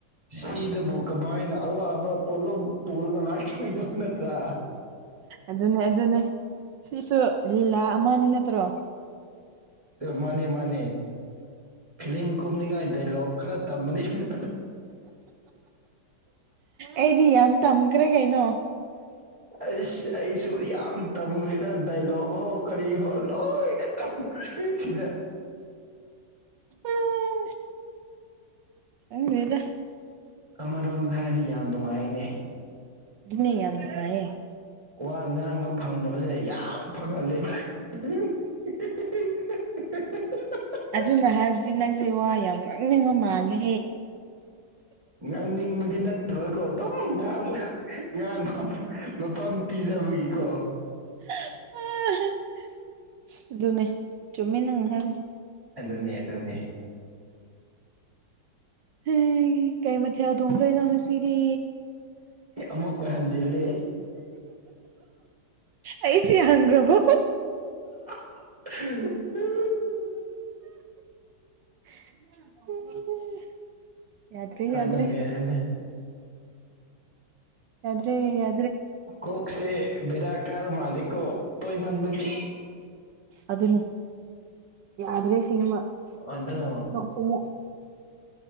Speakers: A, on the right (about 15°); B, on the right (about 75°).
A: ꯁꯤꯗꯕꯨ ꯀꯃꯥꯏꯅ ꯑꯋꯥꯕ ꯄꯣꯠꯂꯨꯝ ꯄꯨꯔꯒ ꯂꯥꯛꯏ UNINTELLIGIBLE
B: ꯑꯗꯨꯅꯦ ꯑꯗꯨꯅꯦ ꯁꯤꯁꯨ ꯂꯤꯂꯥꯑꯃꯅꯤ ꯅꯠꯇ꯭ꯔꯣ
A: ꯃꯥꯅꯦꯃꯥꯅꯦ ꯐꯤꯂꯤꯌꯝ ꯀꯨꯝꯅꯤꯡꯉꯥꯏ ꯗꯥꯏꯂꯣꯛ ꯈꯔ ꯇꯝꯃꯅꯤ ꯁꯤꯗ
B: ꯑꯩꯗꯤ ꯌꯥꯝ ꯇꯝꯈ꯭ꯔꯦ ꯀꯩꯅꯣ
A: ꯑꯩꯁ ꯑꯩꯁꯨ ꯌꯥꯝ ꯇꯝꯈ꯭ꯔꯦꯗ ꯗꯥꯏꯂꯣꯛ ꯍꯣ ꯍꯣ ꯀꯔꯤ ꯍꯣ ꯂꯣꯏꯅ ꯇꯝꯈ꯭ꯔꯦ ꯁꯤꯗ
B: ꯑꯥꯑꯑ ꯈꯪꯗ꯭ꯔꯦꯗ
A: ꯑꯃꯔꯣꯝꯗ ꯍꯥꯏꯗꯤ ꯌꯥꯝ ꯅꯨꯡꯉꯥꯏꯅꯦ
B: ꯑꯗꯨꯅꯦ ꯌꯥꯝ ꯅꯨꯡꯉꯥꯢꯌꯦ
A: ꯋꯥ ꯉꯥꯡꯕ ꯐꯪꯗꯕꯁꯦ ꯌꯥꯝ ꯐꯪꯍꯜꯂꯦꯕ <unintelligible>
B: ꯑꯗꯨꯅ ꯍꯥꯏꯕꯗꯤ ꯅꯪꯁꯦ ꯋꯥ ꯌꯥꯝ ꯉꯥꯡꯅꯤꯡꯕ ꯃꯥꯜꯂꯦ
A: ꯉꯥꯡꯅꯤꯡꯕꯗꯤ ꯅꯠ ꯅꯠꯇꯕꯀꯣ ꯑꯗꯨꯝ ꯉꯥꯡꯕ ꯉꯥꯡꯕ ꯃꯐꯝ ꯄꯤꯖꯕꯒꯤꯀꯣ
B: <unintelligible> ꯑꯗꯨꯅꯦ ꯆꯨꯝꯃꯤ ꯅꯪꯅ ꯍꯥꯏꯕꯗꯣ
A: ꯑꯗꯨꯅꯦ ꯑꯗꯨꯅꯦ
B: ꯍꯩ ꯀꯩ ꯃꯊꯦꯜ ꯊꯣꯡꯗꯣꯏꯅꯣ ꯉꯁꯤꯗꯤ
A: ꯑꯃꯨꯛꯀ ꯍꯟꯖꯤꯜꯂꯦ
B: ꯑꯩ ꯁꯤ ꯍꯪꯒ꯭ꯔꯕꯣ
A: ꯑꯥ <unintelligible>
B: <unintelligible> ꯌꯥꯗ꯭ꯔꯦ ꯌꯥꯗ꯭ꯔꯦ
A: ꯑꯗꯨꯅꯦ ꯑꯗꯨꯅꯦ
B: ꯌꯥꯗ꯭ꯔꯦ ꯌ
A: ꯀꯣꯛꯁꯦ ꯕꯦꯔꯥ ꯀꯔ ꯃꯥꯜꯂꯦꯀꯣ ꯇꯣꯏꯃꯥꯟꯕꯒꯤ
B: ꯑꯗꯨꯅꯦ ꯌꯥꯗ꯭ꯔꯦ ꯁꯦꯡꯕ
A: ꯑꯗꯣ
B: <unintelligible>